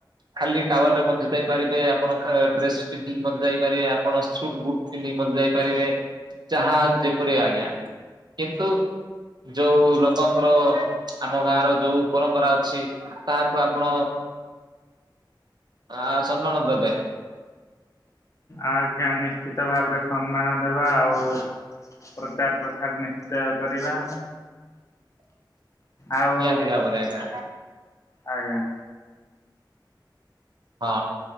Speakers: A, on the right (about 60°); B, on the left (about 40°).
A: ଖାଲି ଟାୱଲ ରେ ମଧ୍ୟ ଯାଇପାରିବେ ଆପଣ ଡ୍ରେସ ପିନ୍ଧିକି ମଧ୍ୟ ଯାଇପାରିବେ ଆପ୍ ପଣ ସୁଟ ବୁଟ ପିନ୍ଧିକି ମ ଯାଇପାରିବେ ଯାହା ଯେପରି ଆଜ୍ଞା କିନ୍ତୁ ଯୋଉ ଲୋକଙ୍କର ଆମ ଗାଁ ର ଯୋଉ ପରମ୍ପରା ଅଛି ତାହାକୁ ଆପଣ ଆ ସମ୍ମାନ ଦେବେ।
B: ଆଜ୍ଞା ନିଶ୍ଚିତ ଭାବରେ ସମ୍ମାନ ଦେବା ଆଉ। ପ୍ରଚାର ପ୍ରସାର ନିଶ୍ଚୟ କରିବା।
A: <inaudible>
B: ଆଉ
A: ନିଆତି ଭାବରେ ଆଜ୍ଞା।
B: ଆଜ୍ଞା।
A: ହଁ